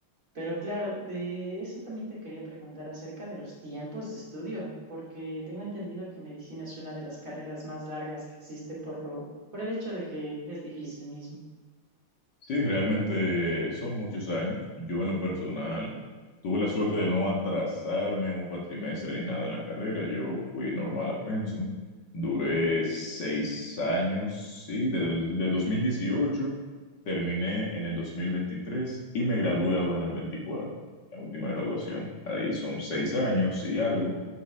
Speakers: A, on the right; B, on the left.
A: Pero claro, de eso también te quería preguntar acerca de los tiempos de estudio, porque tengo entendido que medicina es una de las carreras más largas que existe por lo, por el hecho de que es difícil mismo.
B: Sí, realmente son muchos años. Yo en lo personal tuve la suerte de no atrasarme un cuatrimestre ni nada en la carrera. Yo fui normal a Pensum. Duré seis años, sí, del, del 2018. Terminé en el 2023 y me gradué ahora en el 24, la última graduación. Ahí son seis años y algo.